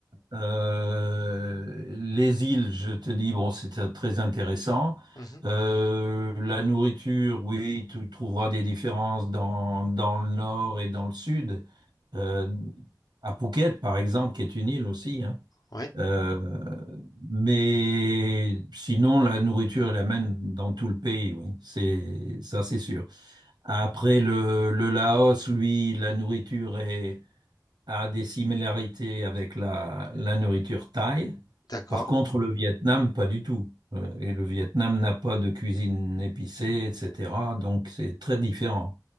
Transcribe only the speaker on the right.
Euh, les îles, je te dis, bon, c'était très intéressant.
Euh, la nourriture, oui, tu trouveras des différences dans, dans le nord et dans le sud. Euh, à Phuket, par exemple, qui est une île aussi, hein.
Euh, mais sinon, la nourriture est la même dans tout le pays, oui, c'est ça, c'est sûr. Après, le, le Laos, lui, la nourriture est a des similarités avec la, la nourriture thaï.
Par contre, le Vietnam, pas du tout. Euh, Et le Vietnam n'a pas de cuisine épicée, etc. Donc, c'est très différent.